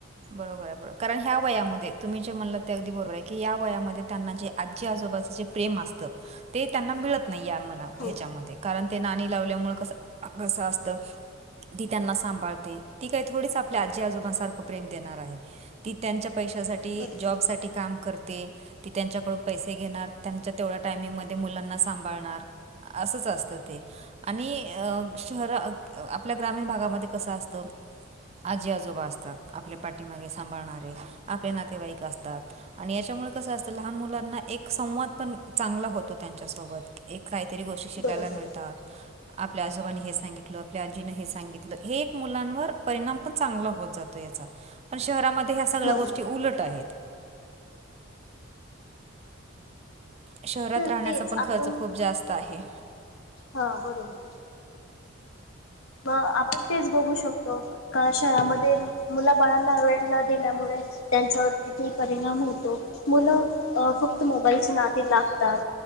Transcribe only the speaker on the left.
हो
बरोबर
बरोबर
बरोबर
तर
तेच
आपण
हा बरोबर मग! आपण तेच बघू शकतो. का शहरामध्ये मुलबाळांना वेळन दिल्यामुळे त्यांचवर किती परिणाम होतो. मुलं अं फक्त मोबाईलच्या नादी लागतात.